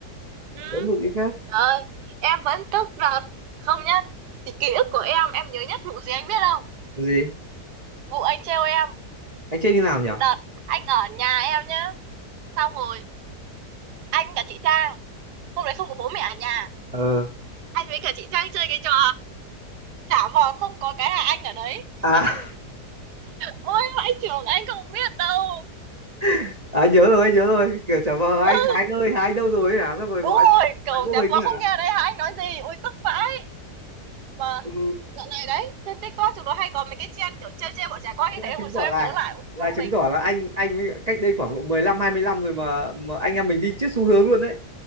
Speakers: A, on the right; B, on the right.
A: Ừ.
B: lớn rồi cái khác
A: Rồi, em vẫn tức đợt không nhá. Thì ký ức của em em nhớ nhất vụ gì anh biết không?
B: Có gì
A: Vụ anh trêu em
B: anh chơi như nào nhỉ
A: đợt anh ở nhà em nhá. Xong rồi anh cả chị Trang hôm đấy không có bố mẹ ở nhà
B: ờ
A: anh với cả chị Trang chơi cái trò trả vò không có cái là anh ở đấy
B: à,
A: ôi vãi trường anh không biết đâu
B: <laughs> à nhớ rồi anh nhớ rồi kiểu chả vờ
A: ừ,
B: anh Khánh ơi Khánh đâu rồi ấy hả xong rồi gọi
A: đúng rồi cầu
B: máy vô
A: trả
B: hình
A: vò
B: ấy
A: không
B: hả
A: nghe đấy hả anh nói gì ôi tức vãi mà
B: ừ
A: dạo này đấy trên tiktok chúng nó hay có mấy cái trend kiểu chơi chơi bọn trẻ con
B: thế
A: như
B: là
A: thế
B: chứng
A: rồi
B: tỏ
A: sau em
B: là
A: nhớ lại ôi
B: là
A: sao
B: chứng
A: mình
B: tỏ là anh anh mới cách đây khoảng độ mười lăm hai mươi năm rồi mà mà anh em mình đi trước xu hướng luôn đấy